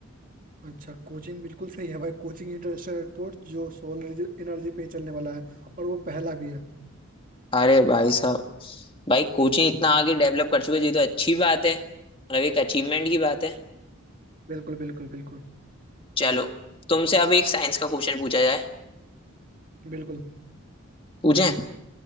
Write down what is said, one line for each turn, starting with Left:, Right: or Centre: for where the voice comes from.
Right: अच्छा कोचिन बिल्कुल सही है भाई कोचिंग इंटरनेशनल एयरपोर्ट जो सोलर एनर्जी पे ही चलने वाला है और वो पहला भी है
Left: अरे भाई साहब भाई कोचिंग इतना आगे डेवलप कर चुके हैं, ये तो अच्छी बात है मतलब एक अचीवमेंट की बात है
Right: बिल्कुल बिल्कुल बिल्कुल
Left: चलो तुमसे अब एक साइंस का क्वेश्चन पूछा जाए
Right: बिल्कुल
Left: पूछें